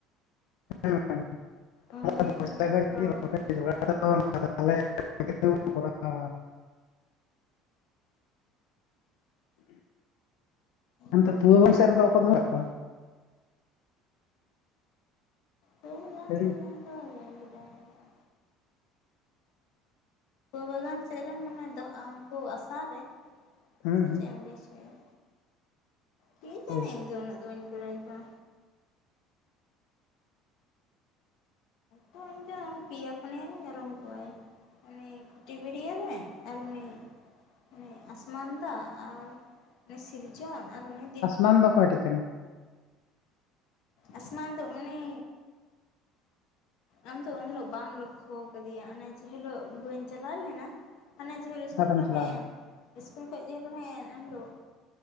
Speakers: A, on the left; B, on the left.
A: <unintelligible>
B: ᱩᱱᱤ ᱨᱚᱲ ᱚᱱᱠᱟ ᱜᱮ
A: ᱛᱟᱵᱚᱱᱟ ᱛᱟᱦᱚᱞᱮ ᱪᱤᱠᱟᱹᱛᱮᱵᱚᱱ ᱠᱚᱨᱟᱣᱟ ᱦᱟᱱᱛᱮ
B: ᱩᱱᱤ
A: ᱯᱩᱣᱟᱹᱵᱚᱝ
B: ᱜᱮ
A: ᱥᱮᱜ
B: ᱚᱱᱠᱟᱭ
A: ᱨᱮᱫᱚ ᱵᱟᱠᱚ
B: ᱨᱚᱲᱟ
A: ᱫᱚᱦᱚᱜ ᱠᱚᱣᱟ᱾
B: ᱦᱩᱲᱩ ᱵᱟᱜᱟᱱ
A: <inaudible>
B: ᱥᱮᱫ ᱨᱮᱱ ᱫᱚ ᱵᱟᱹᱧ ᱵᱟᱰᱟᱭᱟ ᱵᱟᱞᱟᱱ ᱥᱮᱜ ᱨᱮᱱ ᱢᱟᱱᱮ ᱫᱚᱜᱼᱟᱸ ᱩᱝᱠᱩ ᱟᱥᱟᱨ ᱨᱮ,
A: ᱦᱮᱸ
B: ᱥᱮ
A: ᱦᱮᱸ
B: ᱪᱮᱜ ᱮᱢ ᱞᱟᱹᱭ ᱦᱚᱪᱚᱭᱫᱟ? ᱠᱮ ᱡᱟᱱᱤ
A: ᱦᱳᱭ
B: ᱤᱧᱫᱚ ᱩᱱᱟᱹᱜ ᱫᱚ ᱵᱟᱹᱧ ᱯᱩᱞᱟᱹᱭ ᱠᱚᱣᱟ᱾ ᱛᱚ ᱤᱧ ᱫᱚ ᱯᱮᱭᱟ ᱯᱤᱭᱟ ᱜᱮᱧ ᱩᱨᱩᱢ ᱠᱚᱣᱟ ᱩᱱᱤ ᱯᱷᱩᱴᱤᱵᱤᱲᱭᱟᱹ ᱨᱮᱱ ᱟᱨ ᱩᱱᱤ ᱩᱱᱤ ᱟᱥᱢᱟᱱᱫᱟ ᱟᱨ ᱩᱱᱤ ᱥᱤᱨᱡᱚᱱ ᱟᱨ ᱩᱱᱤ ᱫᱤᱱ
A: ᱢᱟᱱᱫᱚ ᱠᱚᱭᱴᱤ ᱠᱟᱱᱤ?
B: ᱟᱥᱢᱟᱱ ᱫᱚ ᱩᱱᱤ ᱟᱢ ᱫᱚ ᱩᱱ ᱦᱤᱞᱳᱜ ᱵᱟᱢ ᱞᱚᱠᱠᱷᱚᱣ ᱠᱟᱫᱮᱭᱟ ᱚᱱᱮ ᱡᱮ ᱦᱤᱞᱳᱜ ᱵᱟᱹᱧ ᱪᱟᱞᱟᱣ ᱞᱮᱱᱟ? ᱦᱟᱱᱮ ᱡᱮ ᱦᱮᱞᱳᱜ
A: ᱚᱠᱟᱛᱮᱢ
B: ᱥᱠᱩᱞ ᱠᱷᱚᱡ
A: ᱪᱟᱞᱟᱣ
B: ᱮᱢ ᱦᱮᱡ ᱮᱱ ᱥᱠᱩᱞ ᱠᱷᱚᱡ ᱡᱮ ᱦᱮᱞᱳᱜ ᱮᱢ ᱦᱮᱡ ᱮᱱ ᱮᱱᱦ ᱦᱤᱞᱳᱜ᱾